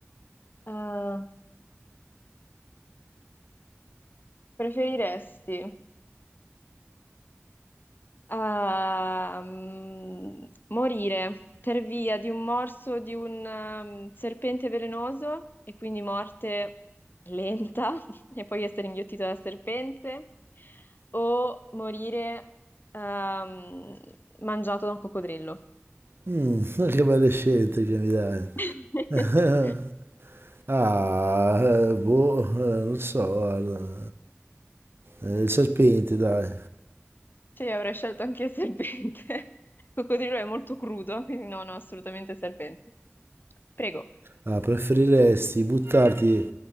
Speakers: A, on the left; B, on the right.
A: Eh, preferiresti a mm, morire per via di un morso di un ehm, serpente velenoso e quindi morte lenta <laughs> e poi essere inghiottito dal serpente o morire ehm, mangiato da un coccodrillo.
B: Mm, <laughs> che belle scelte che mi dai.
A: <laughs>
B: <laughs> Ah, eh, boh, eh, non so, guarda. Eh, il serpente, dai.
A: Sì, avrei scelto anche il serpente. Il coccodrillo è molto crudo, quindi no, no, assolutamente serpente. Prego.
B: Ah, preferiresti buttarti